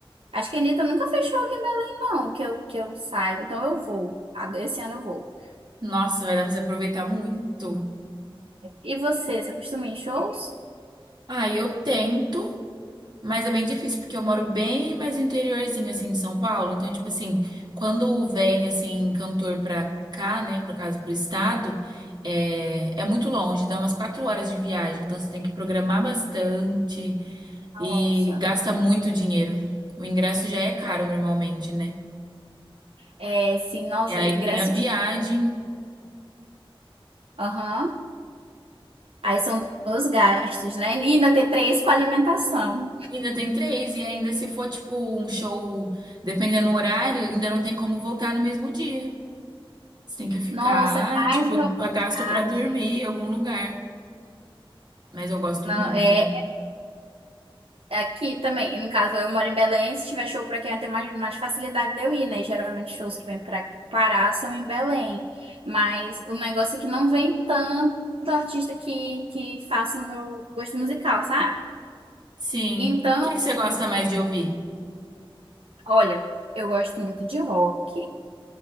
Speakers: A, on the right; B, on the right.
A: Acho que a Anitta nunca fechou aqui em Belém, não, que eu, que eu saiba. Então eu vou. Agora, Esse ano eu vou.
B: Nossa, vai dar pra você aproveitar muito.
A: E você, você costuma ir em shows?
B: Ah, eu tento, mas é bem difícil, porque eu moro bem mais no interiorzinho, assim, de São Paulo. Então, tipo assim, quando vem, assim, cantor pra cá, né, por caso, pro estado, é, é muito longe, dá umas quatro horas de viagem. Então, você tem que programar bastante
A: Nossa.
B: e gasta muito dinheiro. O ingresso já é caro normalmente, né?
A: É, sim, nossa,
B: E aí
A: ingresso
B: tem a viagem.
A: de. Aham. Aí são dois gastos, né? E ainda tem três com alimentação.
B: Ainda tem três, e ainda se for, tipo, um show, dependendo do horário, ainda não tem como voltar no mesmo dia. Você tem que ficar,
A: Nossa, é mais
B: e, tipo,
A: uma. oportunidade.
B: gasto pra dormir em algum lugar. Mas eu gosto
A: Não,
B: muito.
A: é, É Aqui também, no caso, eu moro em Belém, se tiver show pra quem eu tenho mais, mais facilidade de eu ir, né? Geralmente shows que vêm pra Pará são em Belém. Mas o negócio é que não vem tanto artista que, que faça o meu gosto musical, sabe?
B: Sim.
A: Então,
B: O que que você gosta mais de ouvir?
A: olha, eu gosto muito de rock,